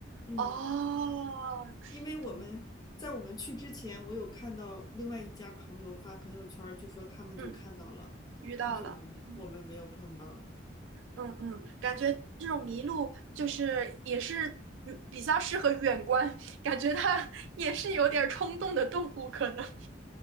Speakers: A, on the left; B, on the right.
A: 嗯，
B: 哦，
A: 因为我们在我们去之前，
B: 懂。
A: 我有看到另外一家朋友发朋友圈儿就说他们就看到了，
B: 嗯，遇到了。
A: 但是我们我们没有碰到。
B: 嗯嗯嗯，感觉这种麋鹿就是也是嗯比较适合远观，感觉它也是有点儿冲动的动物可能。